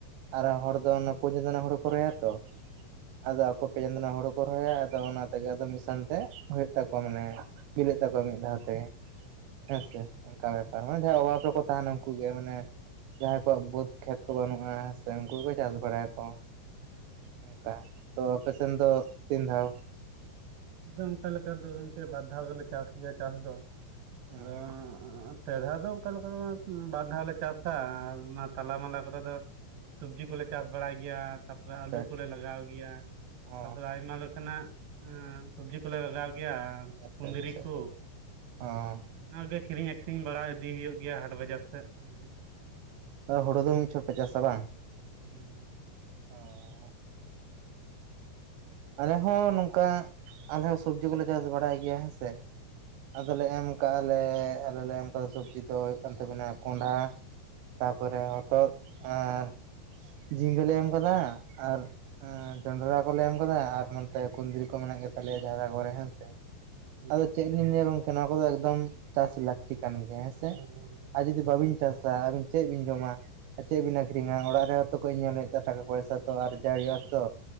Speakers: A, on the right (about 80°); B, on the right (about 65°).
A: ᱟᱨᱚ ᱦᱚᱲ ᱫᱚ ᱚᱱᱟ ᱯᱳᱱ ᱪᱟᱸᱫᱳ ᱨᱮᱱᱟᱜ ᱦᱳᱲᱳ ᱠᱚ ᱨᱚᱦᱚᱭᱟ ᱛᱚ, ᱟᱫᱚ ᱟᱠᱩ ᱛᱮᱜᱮ ᱢᱮᱱᱟ ᱦᱩᱲᱩᱫ- ᱨᱚᱦᱚᱭᱟ ᱟᱫᱚ ᱚᱱᱟ ᱛᱮᱜᱮ ᱟᱫᱚ ᱢᱤᱫ ᱥᱟᱶ ᱛᱮ ᱦᱳᱭᱳᱜ ᱛᱟᱠᱚᱣᱟ᱾ ᱢᱟᱱᱮ ᱵᱤᱞᱤᱜ ᱛᱟᱠᱚᱣᱟ ᱢᱤᱫ ᱫᱷᱟᱣ ᱛᱮ᱾ ᱦᱮᱸᱥᱮ ᱚᱱᱠᱟ ᱵᱮᱯᱟᱨ ᱢᱟᱱᱮ ᱡᱟᱦᱟᱸᱭ ᱚᱵᱷᱟᱵ ᱨᱮᱠᱚ ᱛᱟᱦᱮᱱᱟ ᱩᱱᱠᱩᱜ ᱜᱮ ᱢᱟᱱᱮ, ᱡᱟᱦᱟᱸᱭ ᱠᱚᱣᱟᱜ ᱵᱟᱹᱫᱽ ᱠᱷᱮᱛ ᱠᱚ ᱵᱟᱹᱱᱩᱜᱼᱟ ᱥᱮ ᱩᱱᱠᱩ ᱜᱮᱠᱚ ᱪᱟᱥ ᱵᱟᱲᱟᱭᱟᱠᱚ᱾ ᱚᱝᱠᱟ ᱛᱚ ᱟᱯᱮ ᱥᱮᱱ ᱫᱚ ᱛᱤᱱ ᱫᱷᱟᱣ?
B: ᱚᱝᱠᱟ ᱞᱮᱠᱟ ᱫᱚ ᱜᱚᱝᱠᱮ ᱵᱟᱨ ᱫᱷᱟᱣ ᱜᱮᱞᱮ ᱪᱟᱥ ᱜᱮᱭᱟ ᱪᱟᱥ ᱫᱚ
A: ᱦᱩᱸ
B: ᱟᱫᱚ ᱯᱮ ᱫᱷᱟᱣ ᱫᱚ ᱚᱝᱠᱟ ᱞᱮᱠᱟ ᱵᱟᱝ ᱵᱟᱨ ᱫᱷᱟᱣ ᱞᱮ ᱪᱟᱥᱟ ᱟᱨ ᱚᱱᱟ ᱛᱟᱞᱟ ᱢᱟᱞᱟ ᱠᱚᱨᱮ ᱫᱚ ᱥᱚᱵᱽᱡᱤ ᱠᱚᱞᱮ ᱪᱟᱥ ᱵᱟᱲᱟᱭ ᱜᱮᱭᱟ, ᱛᱟᱯᱚᱨᱮ
A: ᱟᱪᱪᱷᱟ
B: ᱟᱹᱞᱩ
A: ᱟᱪᱪᱷᱟ
B: ᱠᱚᱞᱮ ᱞᱟᱜᱟᱣ ᱜᱮᱭᱟ,
A: ᱚ
B: ᱛᱟᱯᱚᱨᱮ ᱟᱭᱢᱟ ᱞᱮᱠᱟᱱᱟᱜ ᱦᱩᱸ ᱥᱚᱵᱡᱤ ᱠᱚᱞᱮ ᱞᱟᱜᱟᱣ ᱜᱮᱭᱟ ᱟᱨ
A: ᱟᱪᱪᱷᱟ
B: ᱠᱩᱸᱫᱽᱨᱤ
A: ᱟᱪᱪᱷᱟ
B: ᱠᱚ᱾
A: ᱚ
B: ᱚᱱᱟᱜᱮ ᱠᱤᱨᱤᱧ ᱟᱹᱷᱨᱤᱧ ᱵᱟᱲᱟ ᱤᱫᱤ ᱦᱩᱭᱩᱜ ᱜᱮᱭᱟ ᱦᱟᱴ ᱵᱟᱡᱟᱨ ᱥᱮᱫ ᱠᱤᱪᱷᱩ
A: ᱟᱨ ᱦᱲᱩ ᱫᱚ ᱢᱤᱫ ᱪᱷᱚᱴ ᱯᱮ ᱪᱟᱥᱟ ᱵᱟᱝ?
B: ᱦᱩᱸ ᱦᱩᱸ᱾
A: ᱚ ᱾ ᱟᱞᱮ ᱦᱚᱸ ᱱᱚᱝᱠᱟ ᱟᱞᱮ ᱦᱚᱸ ᱥᱚᱵᱡᱤ ᱠᱚᱞᱮ ᱪᱟᱥ ᱵᱟᱲᱟᱭ ᱜᱮᱭᱟ ᱦᱮᱸ ᱥᱮ,
B: <inaudible>
A: ᱟᱫᱚᱞᱮ ᱮᱢ ᱠᱟᱜᱼᱟ ᱞᱮ, ᱟᱞᱮᱞᱮ ᱞᱮ ᱮᱢ ᱠᱟᱫᱟ ᱥᱚᱵᱽᱡᱤ ᱫᱚ ᱦᱳᱭᱳᱜ ᱠᱟᱱ ᱛᱟᱵᱮᱱᱟ ᱠᱚᱸᱰᱷᱟ, ᱛᱟᱯᱚᱨᱮ
B: ᱦᱩᱸ
A: ᱦᱚᱛᱚᱫ ᱟᱨ ᱡᱷᱤᱸᱜᱟᱹ ᱞᱮ ᱮᱢ ᱠᱟᱫᱟ ᱟᱨ ᱮᱸᱻ ᱡᱚᱱᱰᱨᱟ ᱠᱚ ᱞᱮ ᱮᱢ ᱠᱟᱫᱟ ᱟᱨ ᱱᱚᱱᱛᱮ ᱠᱩᱫᱽᱨᱤ ᱠᱚ ᱢᱮᱱᱟᱜ ᱜᱮᱛᱟᱞᱮᱭᱟ ᱡᱟᱦᱟ ᱫᱚ ᱮᱠᱵᱟᱨᱮ ᱦᱮᱸᱥᱮ
B: ᱦᱩᱸ
A: ᱾
B: ᱦᱩᱸ
A: ᱟᱫᱚ ᱪᱮᱫ ᱞᱤᱧ ᱞᱟᱹᱭᱟ ᱜᱚᱝᱠᱮ ᱱᱚᱣᱟ ᱠᱚᱫᱚ ᱮᱠᱫᱚᱢ ᱪᱟᱥ ᱞᱟᱹᱠᱛᱤ ᱠᱟᱱ ᱜᱮᱭᱟ ᱦᱮᱸᱥᱮ
B: ᱦᱩᱸ
A: ᱟᱨ ᱡᱩᱫᱤ ᱵᱟᱵᱤᱱ ᱪᱟᱥᱟ ᱟᱹᱵᱤᱱ ᱪᱮᱫ ᱵᱤᱱ ᱡᱚᱢᱟ? ᱟᱨ ᱪᱮᱫ ᱵᱤᱱ ᱟᱠᱷᱨᱤᱧᱟ ᱚᱲᱟᱜ ᱨᱮᱦᱚᱸ ᱛᱚ ᱠᱟᱹᱧ ᱧᱮᱞᱮᱫᱟ ᱴᱟᱠᱟ ᱯᱚᱭᱥᱟ ᱛᱚ ᱟᱨᱡᱟᱣ ᱦᱩᱭᱩᱜ ᱟ ᱛᱚ᱾